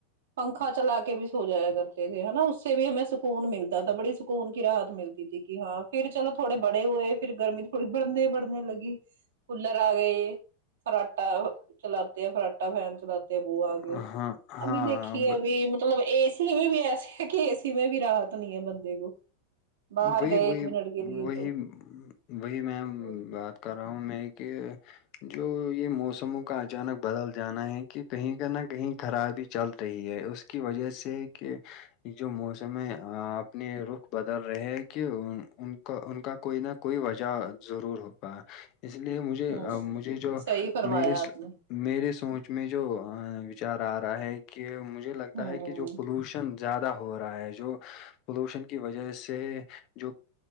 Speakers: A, on the right; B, on the left.
A: پنکھا چلا کے بھی سو جایا کرتے تھے ہے نا اس سے بھی ہمیں سکون ملتا تھا بڑی سکون کی راحت ملتی تھی کہ ہاں پھر چلو تھوڑے بڑے ہوئے پھر گرمی تھوڑی بڑھنے بڑھنے لگی کولر آ گئے فراٹا چلاتے ہے فراٹا فین چلاتے ہے وہ آ گئے
B: ہاں، ہاں، ہاں،
A: ابھی دیکھی ہے اب مطلب اے سی میں بھی ایسے ہے کہ اے سی میں بھی راحت نہیں ہے بندے کو باہر
B: وہی
A: گئے
B: وہی
A: ایک منٹ کے لیے
B: وہی
A: تو
B: وہی میں
A: ہ
B: بات کر رہا ہوں میں کہ جو یہ موسموں کا اچانک بدل جانا ہے کہ کہیں کا نہ کہیں خرابی چل رہی ہے اس کی وجہ سے کہ جو موسم ہے اپنے رخ بد ڈر رہے کہ ان کا ان کا کوئی نہ کوئی وجہ ضرور ہوتا ہے اس لیے مجھے
A: ہ
B: مجھے جو
A: صحیح فرمایا
B: مے
A: آپ نے
B: میرے سوچ میں جوچار آ رہا ہے کہ مجھے لگتا
A: ہ ہ
B: ہے کہ جو پولوشن زیادہ ہو رہا ہے جو پولوشن کی وجہ سے جو